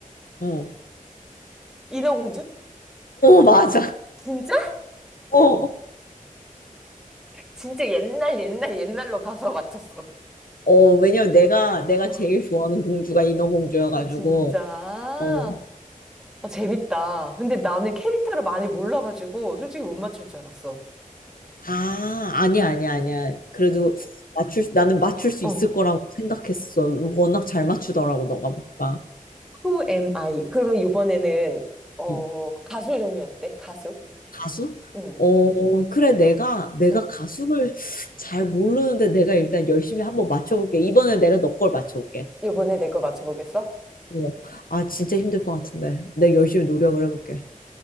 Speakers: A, on the left; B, in the centre.
A: 어어
B: 인어공주?
A: 맞아
B: 진짜?
A: 어
B: 진짜 옛날, 옛날, 옛날로 가서 맞췄어.
A: 어 왜냐면 내가 내가
B: 어.
A: 제일 좋아하는 공주가 인어공주여가지고
B: 아, 진짜?
A: 어.
B: 아, 재밌다. 근데 나는 캐릭터를 많이 몰라가지고 솔직히 못 맞출 줄 알았어.
A: 아, 아니야, 아니야, 아니야. 그래도 맞출, 수- 나는 맞출 수
B: 어,
A: 있을 거라고 생각했어. 워낙 잘 맞추더라고, 너가 보니까.
B: Who am I? 그러면 이번에는 어,
A: 응.
B: 가수 종류 어때? 가수?
A: 가수?
B: 응.
A: 어, 그래, 내가, 내가
B: 응.
A: 가수를 잘 모르는데 내가 일단 열심히 한번 맞춰볼게. 이번에 내가 너 걸 맞춰볼게.
B: 이번에 내 거 맞춰보겠어?
A: 어, 아, 진짜 힘들 것 같은데. 내가 열심히 노력을 해볼게.